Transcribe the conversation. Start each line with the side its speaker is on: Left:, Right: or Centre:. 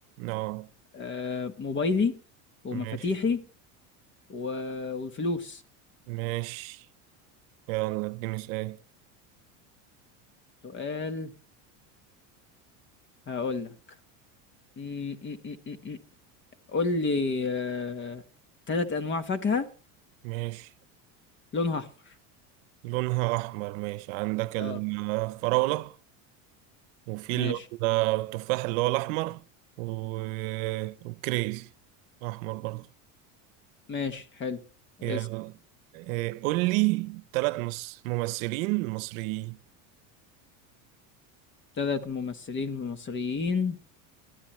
Right: اه
Left: أه موبايلي ومفاتيحي
Right: ماشي
Left: و- والفلوس
Right: ماشي يلا اديني سؤال
Left: سؤال هقول لك م- م- م- م- م. قول لي آه... تلات انواع فاكهة
Right: ماشي
Left: لونها احمر
Right: لونها أحمر ماشي عندك الفراولة
Left: اه
Right: وفي
Left: ماشي
Right: اللي هو التفاح اللي هو الأحمر و... وكريز أحمر برضه
Left: ماشي حلو
Right: يلا
Left: اسأل
Right: إيه، قول لي تلات مس- ممثلين مصريين
Left: تلات ممثلين مصريين